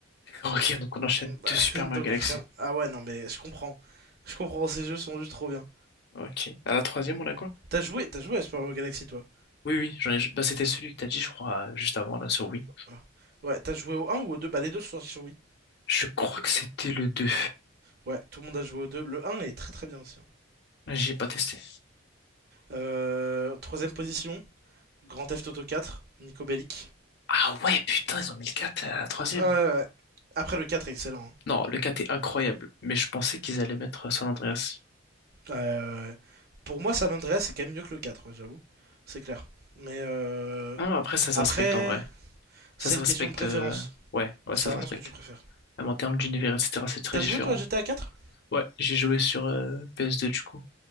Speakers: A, on the left; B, on the right.
A: Ok, donc on enchaîne
B: Bah,
A: deux Super
B: <laughs> donc
A: Mario Galaxy.
B: vraiment. Ah ouais, non, mais je comprends. Je comprends, ces jeux sont juste trop bien.
A: Ok. À la troisième, on a quoi?
B: T'as joué, t'as joué à Super Mario Galaxy, toi?
A: Oui, oui, j'en ai... bah, c'était celui que t'as dit, je crois, euh, juste avant, là, sur Wii.
B: Ah. Ouais, t'as joué au un ou au deux Bah, les deux sont sortis sur Wii.
A: Je crois que c'était le 2.
B: Ouais, tout le monde a joué au deux Le un est très très bien aussi. hein.
A: J'ai pas testé.
B: Euh, troisième position, Grand Theft Auto 4, Nico Bellic.
A: Ah ouais, putain, ils ont mis le 4 à la troisième.
B: Euh, après, le 4 est excellent. hein.
A: Non, le 4 est incroyable, mais je pensais qu'ils allaient mettre San Andreas.
B: Euh, pour moi, San Andreas, c'est quand même mieux que le quatre ouais, j'avoue. C'est clair. Mais euh,
A: Non, non, après, ça se
B: après,
A: respecte en vrai. Ça
B: c'est
A: se
B: une
A: respecte.
B: question de préférence.
A: euh, Ouais, ouais,
B: C'est
A: ça
B: vraiment
A: se respecte.
B: ce que tu préfères.
A: Même en termes d'univers, etc., c'est très
B: T'as
A: différent.
B: joué, toi, à GTA 4?
A: Ouais, j'ai joué sur euh, PS2 du coup.